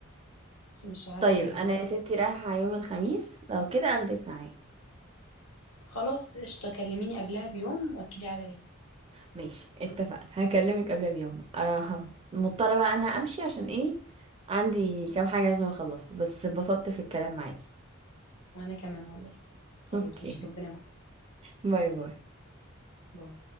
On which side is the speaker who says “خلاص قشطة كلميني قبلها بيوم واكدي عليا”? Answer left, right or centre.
Left